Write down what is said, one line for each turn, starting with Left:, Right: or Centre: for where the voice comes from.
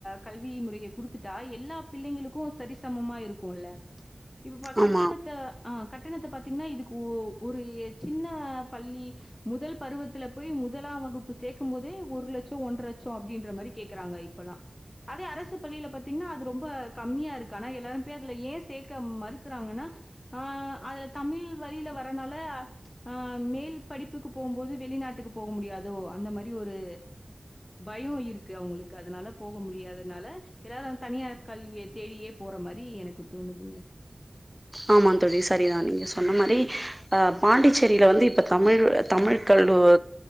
Left: கல்வி முறைய குடுத்துட்டா எல்லா பிள்ளைங்களுக்கு அது சரிசமமா இருக்குல்ல இப்ப பா
Centre: ஆமா
Left: கட்டணத்த ஆ கட்டணத்த பாத்தீங்கன்னா இதுக்கு ஒ ஒரு சின்ன பள்ளி முதல் பருவத்தில போய் முதலா வகுப்பு சேர்க்கு போதே ஒரு லட்சோ ஒன்ற லட்சோ அப்டின்ற மாரி கேக்குறாங்க இப்பல்லா அதே அரசு பள்ளியில பாத்தீங்கன்னா அது ரொம்ப கம்மியா இருக்கு ஆனா எல்லாரு போய் அதுல ஏ சேர்க்க மறுக்குறாங்கன்னா ஆ அதுல தமிழ் வழியில வர்றனால ஆ மேல் படிப்புக்கு போம்போது வெளிநாட்டுக்கு போக முடியாதோ அந்த மாரி ஒரு பயோ இருக்கு அவங்களுக்கு அதனால போக முடியாதனால எல்லாரு தனியார் கல்விய தேடியே போற மாரி எனக்கு தோணுதுங்க
Centre: ஆமா தோழி சரிதா நீங்க சொன்ன மாரி அ பாண்டிச்சேரில வந்து இப்ப தமிழ் தமிழ் கல்லூ